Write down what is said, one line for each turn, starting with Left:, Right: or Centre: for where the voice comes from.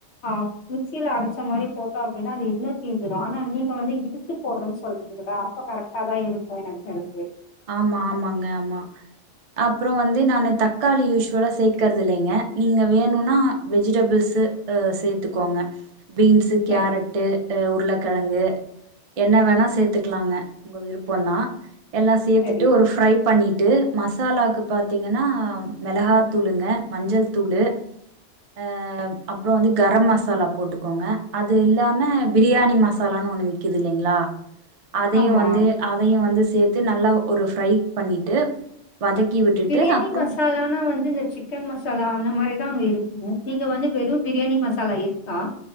Left: ஹா மிக்சில அரச்ச மாரி போட்டோ அப்டின்னா அது இன்னு தீஞ்சிரு ஆனா நீங்க வந்து இடிச்சு போடுறன்னு சொல்றீங்கள அப்ப கரெக்டா தா இருக்கும் எனக்கு தெரி்ஞ்சு
Right: ஆமா ஆமாங்க ஆமா அப்புறோம் வந்து நானு தக்காளி யூஸ்வலா சேக்கறது இல்லைங்க நீங்க வேணுனா வெஜிடபிள்ஸ் ஆ சேர்த்துக்கோங்க பீன்ஸு
Left: செரி
Right: கேரட்டு உருளக்கிழங்கு என்ன வேணா சேத்துக்கலாங்க உங்க விருப்பம் தான் எல்லா சேத்துட்டு
Left: செரி
Right: ஒரு ஃப்ரை பண்ணிட்டு மசாலாக்கு பாத்தீங்கன்னா மிளகாத்தூளுங்க மஞ்சள் தூளு அ அப்புறோம் வந்து கரம் மசாலா போட்டுக்கோங்க அது இல்லாம பிரியாணி மசாலான்னு ஒண்ணு விக்குது இல்லைங்களா அதையும்
Left: ஆமா
Right: வந்து அதையும் வந்து சேத் நல்லா ஒரு ஃபிரை பண்ணிட்டு வதக்கி விட்டுட்டு
Left: பிரியாணி
Right: அப்புறோ
Left: மசாலானா வந்து இந்த சிக்கன் மசாலா அந்த மாரி தான் அங்க இருக்கும் இங்க வந்து வெறும் பிரியாணி மசாலா இருக்கா